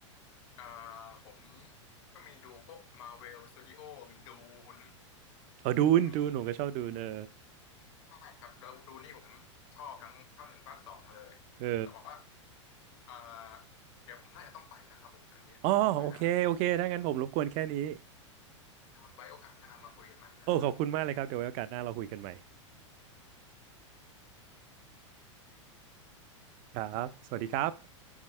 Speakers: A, on the left (about 65°); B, on the right (about 45°).
A: อ่าผมก็มีดูพวก Marvel Studio มีดูน
B: อ๋อดูนดูนผมก็ชอบดูนเออ
A: มี ใช่ครับดูดูนี่ผมชอบทั้งภาคหนึ่งภาคสองเลยแต่ว่า
B: เออ
A: อ่าเดี๋ยวผมน่าจะต้องไปแล้วครับผมอันนี้น่าจะ
B: อ๋อโอเค โอเค ถ้างั้นผมรบกวนแค่นี้
A: ไว้โอกาสหน้ามาคุยกันใหม่นะครับผม
B: โอ้ ขอบคุณมากเลยครับ เดี๋ยวไว้โอกาสหน้าเราคุยกันใหม่ ครับ สวัสดีครับ